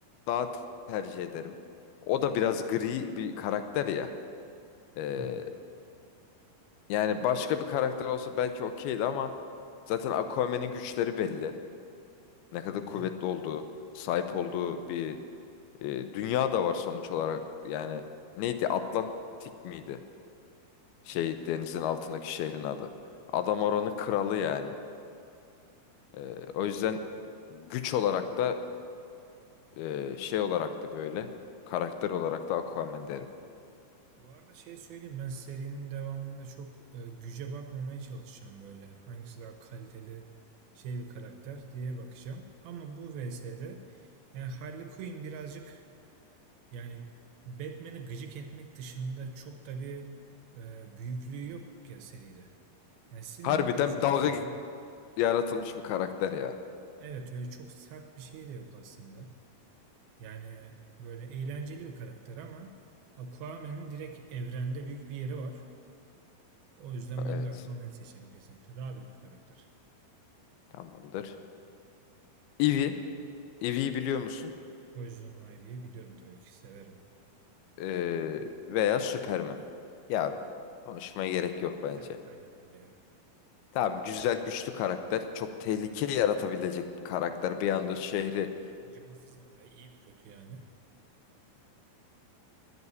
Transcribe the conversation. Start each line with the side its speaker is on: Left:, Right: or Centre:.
Left: daha tercih ederim. O da biraz gri bir karakter ya. Ee,
Right: Evet.
Left: Yani başka bir karakter olsa belki okeydi ama zaten Aquaman'in güçleri belli. Ne kadar
Right: Hı hı.
Left: kuvvetli olduğu, sahip olduğu bir e, dünya da var sonuç olarak. Yani neydi? Atlantik miydi? Şey
Right: Evet.
Left: denizin altındaki şehrin adı. Adam oranın kralı
Right: Hı hı.
Left: yani. E, o yüzden güç olarak da e, şey olarak da böyle karakter olarak da Aquaman derim.
Right: Bu arada şey söyleyeyim ben serinin devamında çok e, güce bakmamaya çalışacağım böyle. Hangisi daha kaliteli şey bir karakter diye bakacağım. Ama bu VS'de yani Harley Quinn birazcık yani Batman'i gıcık etmek dışında çok da bir e, büyüklüğü yok ya seride. Yani sinirini
Left: Harbiden
Right: bozuyor
Left: dalga
Right: Batman'in.
Left: yaratılmış bir karakter ya.
Right: Evet öyle çok sert bir şey de yok aslında. Yani böyle eğlenceli bir karakter ama Aquaman'ın direkt evrende büyük bir yeri var. O yüzden
Left: Evet.
Right: ben de Aquaman'ı seçerim kesinlikle. Daha büyük bir karakter.
Left: Tamamdır. Ivy. Ivy'yi biliyor musun?
Right: Poison Ivy'yi biliyorum tabii ki severim.
Left: Ee, veya Superman. Ya konuşmaya gerek yok bence.
Right: Evet aynen öyle ya.
Left: Tamam güzel güçlü karakter. Çok tehlike yaratabilecek bir karakter. Bir anda
Right: Ki
Left: şehri
Right: Acımasız da bayağı iyi bir kötü yani.